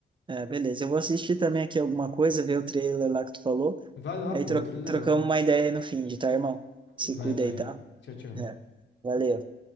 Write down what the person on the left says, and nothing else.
Vai lá,
pô,
outro legal.
Vai,
vai.
Tchau, tchau.